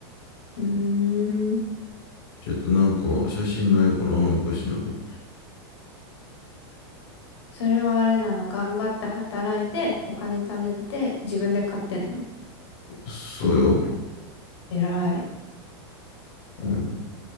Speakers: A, on the left; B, on the left.
A: うーん。
B: ちょっとなんか写真ないかな、昔のとこ。
A: それはあれなの。頑張って働いて、お金貯めて、自分で買ってんの。
B: そうよ。
A: 偉い。
B: うん、